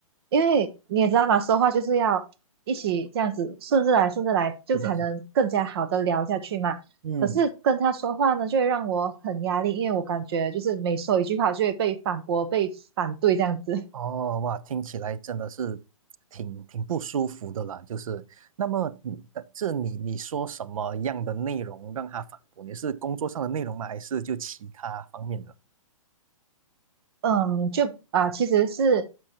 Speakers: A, on the right; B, on the right.
A: 因为你也知道嘛，说话就是要一起这样子顺着来顺着来，就才能更加好的聊下去嘛。
B: 是的，是的，嗯。
A: 可是跟他说话呢，就会让我很压力，因为我感觉就是每说一句话就会被反驳、被反对这样子。
B: 哦，哇，听起来真的是挺挺不舒服的啦。就是，那么你，但这你你说什么样的内容让他反驳？你是工作上的内容吗？还是就其他方面的？
A: 嗯，就啊、其实是